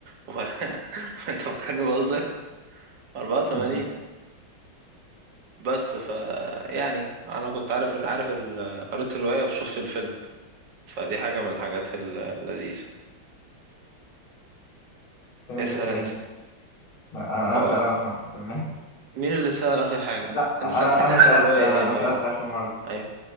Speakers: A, on the right; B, on the left.
A: و... <laughs> انت فكرني بهزر 84
B: <laughs>
A: بس ف يعني انا كنت عارف عارف ال... قريت الرواية وشفت الفيلم فدي حاجة من الحاجات ال- اللذيذة
B: تمام
A: اسأل
B: اسأل
A: انت
B: أنت لا أنا
A: هو
B: أسأل أنا صح تمام
A: مين اللي سأل آخر حاجة
B: لا
A: انت سألتني
B: انا انا
A: عن
B: سالت
A: الرواية
B: انا
A: ايوه
B: انا سالت
A: ايوه
B: اخر مره
A: ايوه